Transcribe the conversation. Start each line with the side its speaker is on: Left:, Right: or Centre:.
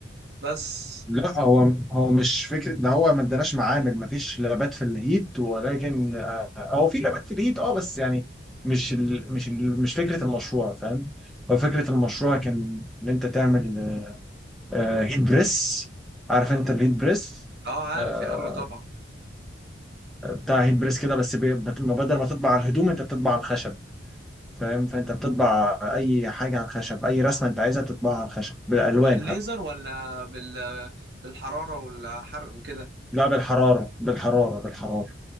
Right: بس
Centre: لا هو هو مش فكره ده هو ما اداناش معامل ما فيش لابات في الهيت ولكن آه، هو في لابات في الهيت اه بس يعني مش ال مش ال مش فكره المشروع فاهم هو فكره المشروع كان ان انت تعمل آه، هيت بريس عارف انت الهيت بريس
Right: اه عارف
Centre: آه،
Right: يا عم طبعا
Centre: بتاع هيت بريس كده بس بي- بت- بدل ما تطبع على الهدوم انت بتطبع على الخشب فاهم فانت بتطبع اي حاجه على الخشب اي رسمه انت عايزها بتطبعها على الخشب بالالوان
Right: بالليزر
Centre: حتى
Right: ولا بال... بالحراره والحرق وكده
Centre: لا بالحراره بالحراره بالحراره